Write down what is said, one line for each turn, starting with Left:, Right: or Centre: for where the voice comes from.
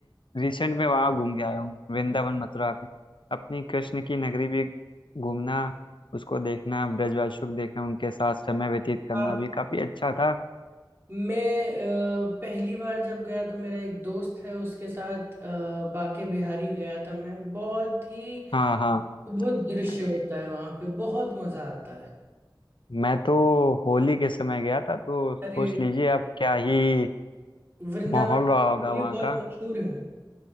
Left: रिसेंट में वहाँ घूम के आया हूँ वृंदावन मथुरा में अपनी कृष्ण की नगरी भी घूमना उसको देखना ब्रजवासुक देखना उनके साथ समय व्यतीत करना
Right: आप
Left: भी काफी अच्छा था
Right: मैं अ, पहली बार जब गया तो मेरा एक दोस्त है उसके साथ अ, बांके बिहारी गया था मैं बहुत ही
Left: हाँ हाँ
Right: अद्भुत दृश्य
Left: अरे
Right: होता है वहां पे बहुत मजा आता है
Left: मैं तो होली के समय गया था तो सोच
Right: अरे
Left: लीजिए अब क्या ही
Right: वृंदावन
Left: माहौल
Right: की
Left: रहा
Right: चोली
Left: होगा वहाँ
Right: बहुत
Left: का
Right: मशहूर है